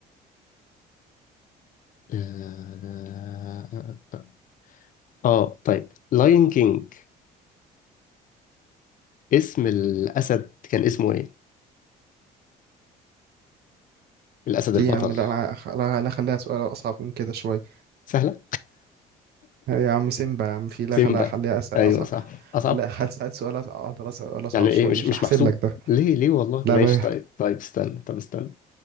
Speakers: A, on the left; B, on the right.
A: آه، آه. آه، طيب لاين كينج اسم الأسد كان اسمه إيه؟ الأسد البطل
B: ايه يا عم لا انا لا لا خليها سؤال اصعب من كده شويه
A: سهلة؟
B: يا عم سيمبا يا عم في لا
A: سيمبا
B: خليها خليها أس- أصعب
A: أيوه صح أصعب
B: خليها هسأل سؤال أص- أقدر أسأل سؤال أصعب
A: يعني إيه
B: شوية
A: مش
B: مش
A: مش
B: هحسب
A: محسوب
B: لك ده
A: ليه ليه والله
B: لا
A: ماشي
B: بقى
A: طيب طيب استنى طب استنى